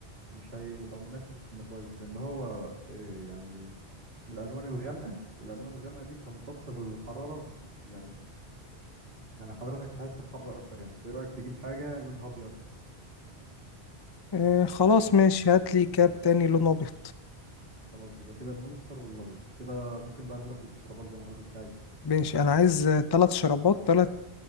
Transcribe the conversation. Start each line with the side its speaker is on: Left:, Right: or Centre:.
Right: مش هيبقى مناسب في المصايف لان هو آه، يعني من الالوان الغامقه والالوان الغامقه دي بتمتص الحراره يعني يعني حضرتك تحس بحر اكتر يعني في رايك تجيب حاجه لونها ابيض
Left: آه خلاص ماشي هات لي
Right: يبقى
Left: كاب تاني لونه ابيض
Right: خلاص يبقى كده المونستر والابيض كده ممكن بقى نروح للشرابات زي ما حضرتك عايز
Left: ماشي انا عايز ثلاث شرابات ثلاث